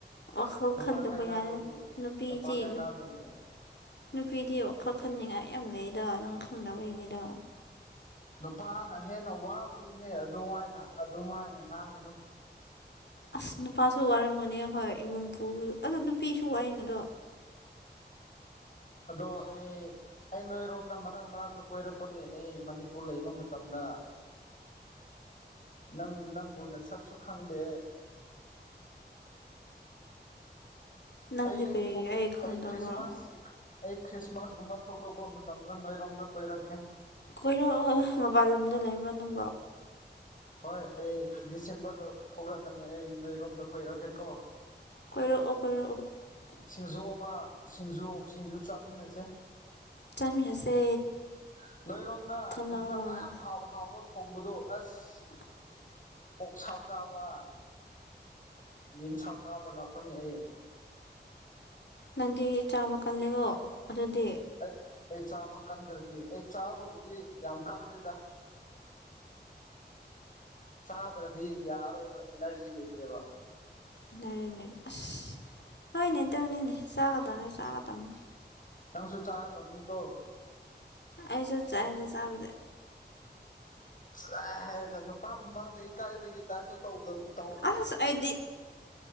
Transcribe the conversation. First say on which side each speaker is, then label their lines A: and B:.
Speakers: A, on the left; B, on the left.
A: ꯋꯥꯈꯜ
B: ꯅꯨꯄꯥ
A: ꯈꯟꯗꯕ
B: ꯀꯥꯏꯅꯕꯒꯤ
A: ꯌꯥꯔꯦ ꯅꯨꯄꯤꯗꯤ
B: ꯅꯨꯄꯥ ꯀꯥꯏꯅꯕꯒꯤ
A: ꯅꯨꯄꯤꯗꯤ ꯋꯥꯈꯟ ꯈꯟꯅꯤꯡꯉꯥꯏ ꯌꯥꯝ ꯂꯩꯗ ꯅꯪ ꯈꯪꯗꯕꯩꯅꯤꯗ
B: ꯅꯨꯄꯥꯅ ꯍꯦꯟꯅ ꯋꯥꯕꯅꯤꯍꯦ ꯑꯗꯨꯥꯋꯥꯏꯅ ꯑꯗꯨꯃꯥꯏꯅ ꯉꯥꯡꯒꯅꯨ
A: ꯑꯁ ꯅꯨꯄꯥꯁꯨ ꯋꯥꯔꯝꯒꯅꯤ ꯍꯣꯏ ꯏꯃꯨꯡ ꯄꯨ ꯑꯗꯣ ꯅꯨꯄꯤꯁꯨ ꯋꯥꯥꯏꯅꯦ ꯗꯣ
B: ꯑꯗꯣ ꯑꯩ ꯑꯩ ꯅꯣꯏꯔꯣꯝꯗ ꯃꯔꯛ ꯃꯔꯛꯇ ꯀꯣꯏꯔꯛꯄꯅꯦ ꯑꯩ ꯃꯅꯤꯄꯨꯔ ꯂꯩꯕ ꯃꯇꯝꯗ ꯅꯪ ꯅꯪꯕꯨ ꯅꯁꯛꯁꯨ ꯈꯪꯗꯦ
A: ꯅꯪꯗꯤ
B: ꯑꯩ
A: ꯀꯔꯤꯒꯤ
B: ꯊꯣꯛ
A: ꯈꯪꯗꯕ꯭ꯔꯣ
B: ꯑꯩ ꯈ꯭ꯔꯤꯁꯃꯥꯁ ꯑꯩ ꯈ꯭ꯔꯤꯁꯃꯥꯁꯒꯨꯝꯕ ꯊꯣꯛꯂꯛꯄ ꯃꯇꯝꯗ ꯅꯣꯏꯔꯣꯝꯗ ꯀꯣꯏꯔꯛꯀꯦ
A: ꯀꯣꯏꯔꯣ ꯃꯄꯥꯟ ꯂꯣꯝꯗ ꯂꯩꯕ꯭ꯔꯣ ꯅꯨꯡꯕ
B: ꯍꯣꯏ ꯑꯩ ꯗꯤꯁꯦꯝꯕꯔꯗꯣ ꯊꯣꯛꯂꯛꯀꯅꯤ ꯑꯩ ꯅꯣꯏꯔꯣꯝꯗ ꯀꯣꯏꯔꯛꯀꯦꯀꯣ
A: ꯀꯣꯏꯔꯛꯑꯣ ꯀꯣꯏꯔꯛꯑꯣ
B: ꯁꯤꯡꯖꯨ ꯑꯃ ꯁꯤꯡꯖꯨ ꯁꯤꯡꯖꯨ ꯆꯥꯃꯤꯟꯅꯁꯦ
A: ꯆꯥꯃꯤꯟꯅꯁꯦ
B: ‍ ꯅꯣꯏꯔꯣꯝꯅ
A: ꯊꯣꯛꯂꯛꯑꯣ
B: ꯏꯟꯁꯥꯡ ꯌꯥꯝ ꯍꯥꯎ ꯍꯥꯎꯕ ꯊꯣꯡꯕꯗꯣ ꯑꯁ
A: <inaudible>
B: ꯑꯣꯛꯁꯥ ꯆꯥꯕ ꯌꯦꯟꯁꯥ ꯆꯥꯕ ꯂꯥꯛꯄꯅꯤ ꯑꯩ
A: ꯅꯪꯗꯤ ꯆꯥꯕ ꯀꯜꯂꯦꯀꯣ ꯑꯗꯨꯗꯤ
B: ꯑꯩ ꯑꯩ ꯆꯥꯕ ꯀꯟꯗ꯭ꯔꯗꯤ ꯑꯩ ꯆꯥꯕꯕꯨꯗꯤ ꯌꯥꯝ ꯀꯜꯂꯦꯗ ꯆꯥꯗ꯭ꯔꯗꯤ ꯌꯥꯔꯔꯣꯏꯕ ꯑꯦꯅꯔꯖꯤ ꯂꯩꯇ꯭ꯔꯦꯕ
A: <unintelligible> ꯑꯁ ꯍꯣꯏꯅꯦ ꯇꯨꯅꯤꯅꯦ ꯆꯥꯒꯗꯝꯃꯤ ꯆꯥꯒꯗꯝꯃꯤ
B: ꯅꯪꯁꯨ ꯆꯥꯒꯗꯕꯅꯤꯀꯣ
A: ꯑꯩꯁꯨ ꯆꯥꯏꯗ ꯆꯥꯕꯗꯤ
B: ꯆꯥꯏ ꯍꯥꯏꯔꯒ ꯅꯨꯄꯥ ꯃꯃꯥꯡꯗ ꯏꯀꯥꯏꯕꯒꯤ ꯇꯥꯏꯞꯇ ꯇꯧ <unintelligible>
A: ꯑꯁ ꯑꯩꯗꯤ